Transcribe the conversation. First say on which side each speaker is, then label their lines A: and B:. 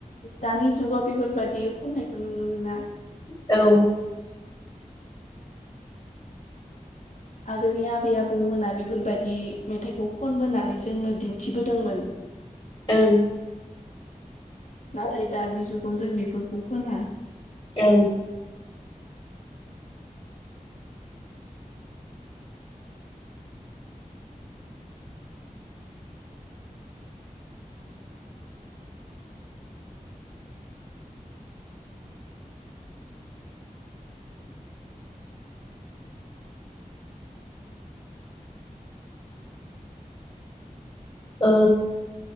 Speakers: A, on the left; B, on the left.
A: दानि जुगाव बेफोरबायदि खननायखौ नुनो मोना।
B: औ
A: आगोलनि आबै आबौमोना बेफोरबादि मेथाइखौ खनबोनानै जोंनो दिन्थिबोदोंमोन
B: ओं
A: नाथाय दानि जुगाव जों बेफोरखौ खोना
B: औ ओ